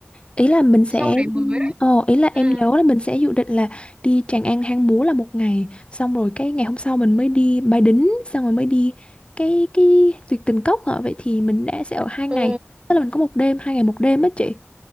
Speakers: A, on the left; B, on the right.
A: ý là mình sẽ,
B: show đấy mới đấy
A: ồ, ý là
B: ừ
A: em nhớ là mình sẽ dự định là đi Tràng An Hang Múa là một ngày, xong rồi cái ngày hôm sau mình mới đi Bái Đính, xong rồi mới đi cái cái Tuyệt Tình Cốc hả? Vậy thì mình đã sẽ ở hai ngày,
B: ồ
A: tức là mình có một đêm, hai ngày một đêm á chị.